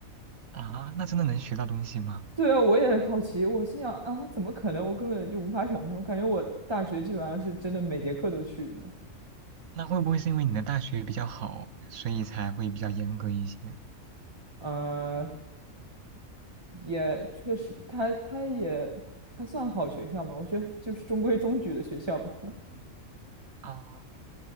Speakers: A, on the right; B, on the right.
A: 啊，那真的能学到东西吗？
B: 对啊，我也好奇，我心想啊，怎么可能？我根本就无法想象，我感觉我大学基本上是真的每节课都去的。
A: 那会不会是因为你的大学比较好，所以才会比较严格一些？
B: 呃，也确实，他他也他算好学校嘛，我觉得就是中规中矩的学校吧。<laughs>
A: 啊，